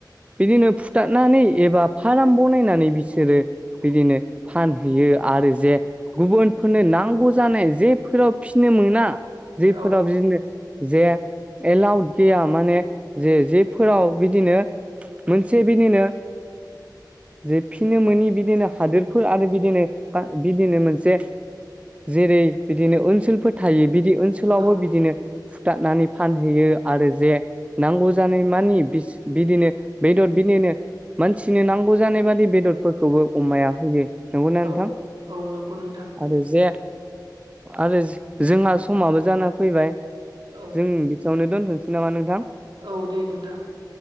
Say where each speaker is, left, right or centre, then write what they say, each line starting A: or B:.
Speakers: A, on the right; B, on the right.
A: बिदिनो फुथारनानै एबा फार्म बनायनानै बिसोरो बिदिनो फानहैयो आरो जे गुबुनफोरनो नांगौ जानाय जेफोराव फिनो मोना जेफोराव
B: औ
A: बिदिनो जे एलाउड गैया माने जे जेफोराव बिदिनो मोनसे बिनिनो जोबफिनो मनि बिदिनो हादोरफोर आरो बिदिनो बा बिदिनो मोनसे जेरै बिदिनो ओनसोलफोर थायो बिदि ओनसोलावबो
B: औ
A: बिदिनो फुथारनानै फानहैयो आरो जे नांगौ जानाय मानि बिसो बिदिनो बेदर बिदिनो मानसिनो नांगौ जानाय बादि बेदरफोरखौबो अमाया होयो नंगौना नोंथां
B: औ औ नंगौ नोंथां
A: आरो जे आरो जोंहा समाबो जाना फैबाय
B: औ
A: जों बेसेयावनो दोन्थ'नोसै नामा नोंथां
B: औ दे नोंथां